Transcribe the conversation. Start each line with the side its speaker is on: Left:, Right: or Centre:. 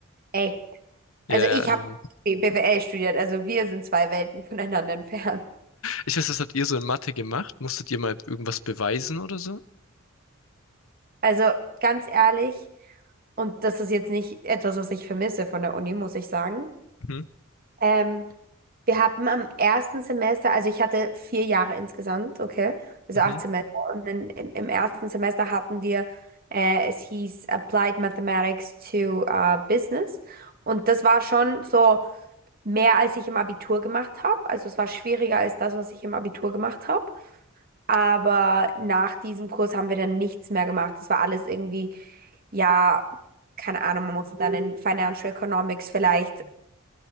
Right: echt.
Left: Ja,
Right: Also ich
Left: Mhm.
Right: habe BWL studiert, also wir sind zwei Welten voneinander entfernt.
Left: ich weiß, was habt ihr so in Mathe gemacht? Musstet ihr mal irgendwas beweisen oder so?
Right: Also ganz ehrlich, und das ist jetzt nicht etwas, was ich vermisse von der Uni, muss ich sagen.
Left: Mhm,
Right: Ähm, wir hatten am ersten Semester, also ich hatte vier Jahre insgesamt, okay, also
Left: mhm,
Right: acht Semester. Und in, in, im ersten Semester hatten wir, äh, es hieß Applied Mathematics to äh, Business. Und das war schon so mehr, als ich im Abitur gemacht habe. Also es war schwieriger als das, was ich im Abitur gemacht habe. Aber nach diesem Kurs haben wir dann nichts mehr gemacht. das war alles irgendwie, ja, keine Ahnung, man musste dann in Financial Economics vielleicht